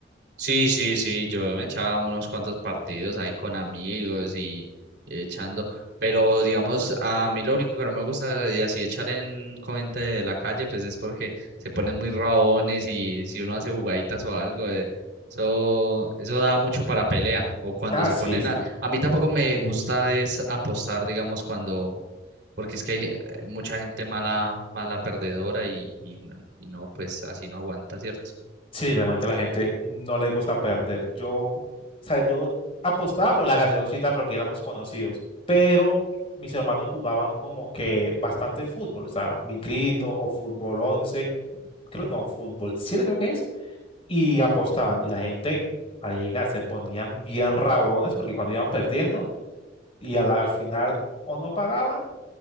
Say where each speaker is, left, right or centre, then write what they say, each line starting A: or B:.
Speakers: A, on the right; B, on the left.
A: Sí, sí, sí, yo me echaba unos cuantos partidos ahí con amigos y echando, pero digamos, a mí lo único que no me gusta de así echar en con gente de la calle, pues es porque se ponen muy raones y si uno hace jugaditas o algo, eh, eso, eso da mucho para pelea, o cuando
B: Ah,
A: se
B: sí,
A: ponen
B: sí.
A: a, a mí tampoco me gusta es apostar, digamos, cuando porque es que hay eh, mucha gente mala, mala perdedora y, y, no, y no, pues así no aguanta, ¿cierto?
B: Sí, literalmente la gente no le gusta perder. Yo, o sea, yo apostaba por la gaseosita porque éramos conocidos, pero mis hermanos jugaban como que bastante fútbol, o sea, mi grito o fútbol 11, creo, no, fútbol 7 creo que es, y apostaban. Y la gente, marica, se ponían bien rabones porque cuando iban perdiendo y a la- al final o no pagaban